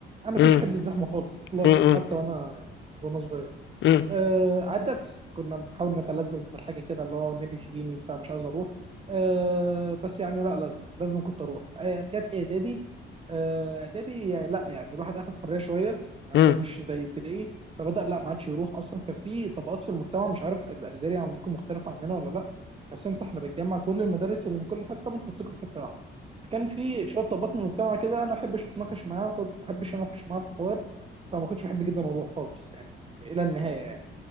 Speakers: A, on the right; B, on the left.
A: انا
B: مم.
A: كنتش احب الزحمه خالص اطلاقا
B: مم.
A: حتى وانا وانا صغير
B: مم.
A: آه عدت كنا بنحاول نتلذذ بالحاجه كده اللي هو نادي سيديني بتاع مش عايز اروح آه بس يعني لا لازم لازم كنت اروح آه جت اعدادي آه، اعدادي يعني لا يعني الواحد اخد حريه شويه ما
B: مم.
A: كانش زي ابتدائي فبدا لا ما عادش يروح اصلا كان في طبقات في المجتمع مش عارف الازهري عندكم مختلفه عننا ولا لا بس انت احنا بنجمع كل المدارس اللي من كل حته بنحطكم في حته واحده كان في شويه طبقات من المجتمع كده انا ما احبش اتناقش معاهم ما احبش اناقش معاهم في حوار فما كنتش بحب جدا اروح خالص يعني الى النهايه يعني.